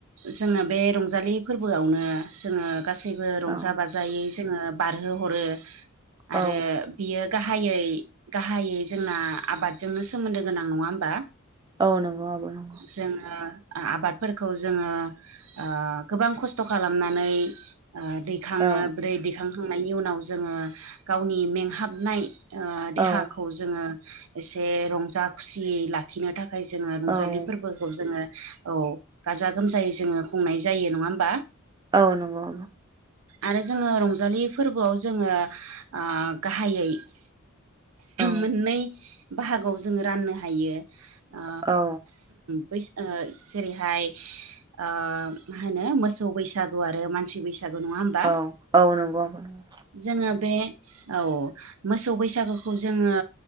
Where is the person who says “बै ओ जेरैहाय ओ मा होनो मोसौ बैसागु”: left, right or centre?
Right